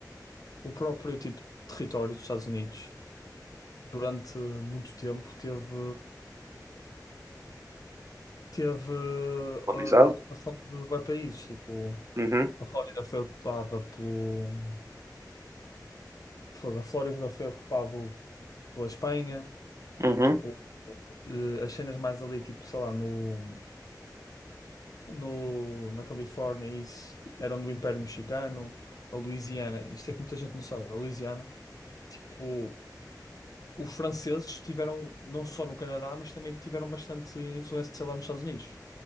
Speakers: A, on the left; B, on the right.
A: o próprio tipo território dos Estados Unidos durante muito tempo teve teve eh,
B: Colonizado?
A: a ocupação de bué países, tipo,
B: Uhum,
A: a Flórida foi ocupada pelo... fogo, A Flórida foi ocupada pela Espanha,
B: uhum,
A: tipo, eh, as cenas mais ali, tipo, sei lá, no, no, na Califórnia, isso, eram do Império Mexicano, a Louisiana, isto é que muita gente não sabe, a Louisiana, tipo, os franceses tiveram, não só no Canadá, mas também tiveram bastante influência lá nos Estados Unidos.